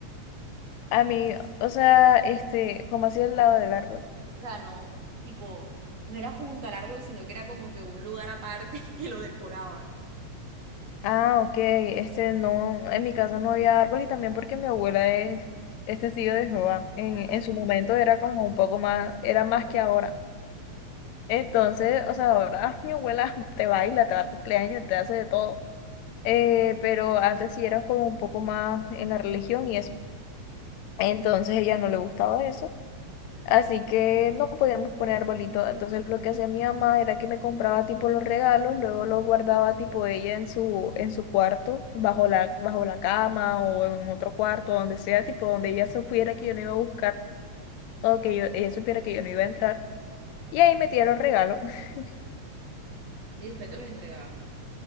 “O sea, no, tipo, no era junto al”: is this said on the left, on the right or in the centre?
Right